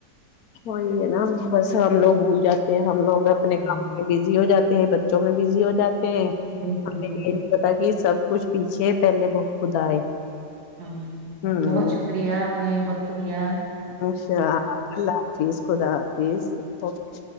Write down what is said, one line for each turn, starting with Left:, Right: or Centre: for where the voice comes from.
Left: وہی ہے نا بس ہم لوگ بھول جاتے ہیں ہم لوگ اپنے
Right: ہوں،
Left: کام بزی ہو جاتے ہیں بچوں میں بزی ہو جاتے ہیں
Right: بالکل
Left: ہمیں
Right: جی بالکل
Left: یہ نہیں پتا کہ سب کچھ پیچھے پہلے بہت خدا ہے
Right: ہاں
Left: ہوں
Right: بہت شکریہ آپ نے یہ وقت دیا ہے
Left: اچھا اللہ حافظ خدا حافظ اوکے